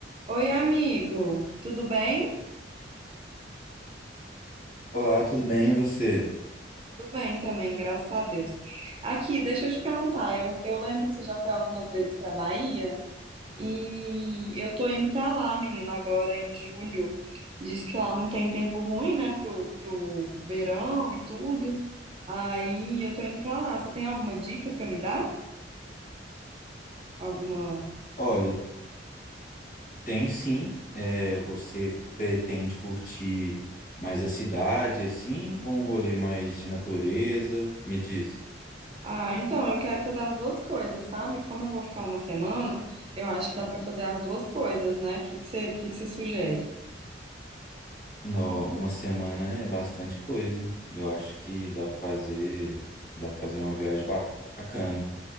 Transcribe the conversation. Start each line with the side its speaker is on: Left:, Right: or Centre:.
Right: Oi, amigo, tudo bem?
Left: Olá, tudo bem? E você?
Right: Tudo bem também, graças a Deus. Aqui, deixa eu te perguntar, eu, eu lembro que você já foi algumas vezes para Bahia e eu tô indo para lá, menina, agora em julho. Diz que lá não tem tempo ruim, né, pro, pro verão e tudo. Aí eu tô indo para lá. Você tem alguma dica para me dar? Alguma?
Left: Olha, tenho sim. É, você pretende curtir mais a cidade, assim, ou um rolê mais de natureza? Me diz.
Right: Ah, então, eu quero fazer as duas coisas, sabe? Como eu vou ficar uma semana, eu acho que dá para fazer as duas coisas, né? O que que você, que que você sugere?
Left: Não, uma semana é bastante coisa. Eu acho que dá para fazer, dá para fazer uma viagem ba- bacana.